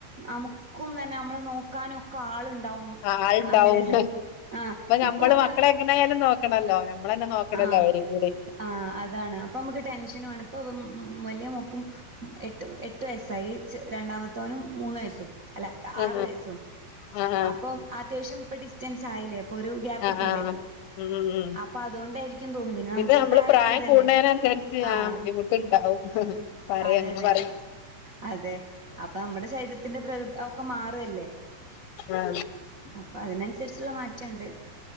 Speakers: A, on the right; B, on the left.
A: നമുക്കും തന്നെ നമ്മള് നോക്കാനും ഒക്കെ ആളു ണ്ടാവും
B: ആ ആള്ണ്ടാവും
A: അങ്ങനെയല്ലേ ആഹ്
B: നമ്മള്
A: ഇപ്പൊ പറഞ്ഞ
B: മക്കളെ എങ്ങനായാലും നോക്കണല്ലോ നമ്മളന്നെ നോക്കണല്ലോ
A: ആ
B: അവരും കൂടി
A: ആ അതാണ് അപ്പൊ നമുക്ക് ടെൻഷനും ആണ് ഇപ്പ വല്യ ക്കും എട്ട് വയസ്സായി രണ്ടാമത്തവനും മൂന്ന് വയസ്സും അല്ല
B: ആ
A: ആറു വയസ്സും
B: ആ
A: അപ്പം അത്യാവശ്യം ഇപ്പ ഡിസ്റ്റൻസ് ആയില്ലേ അപ്പൊ ഒരു ഗ്യാപ്പ്
B: ആ
A: ഇട്ടില്ലേ
B: ആ ഉം ഉം
A: അപ്പൊ അതുകൊണ്ടായിരിക്കും തോന്നും പിന്നെ നമുക്കും
B: ഇത് നമ്മള് പ്രായം
A: കൂടല്ലേ
B: കൂടുന്നതിനന് അനുസരിച്ച്
A: ആഹ്
B: ആ ബുദ്ധിമുട്ടുണ്ടാവും പറ
A: അതെ
B: അങ്ങനെ
A: അതെ
B: പറയും
A: അതെ അപ്പൊ നമ്മുടെ ശരീരത്തി ത്തിന്റെ പ്രകൃതി ഒക്കെ മാറല്ലേ
B: ആ
A: അപ്പൊ അതിനനുസരിച്ചുള്ള മാറ്റമുണ്ട്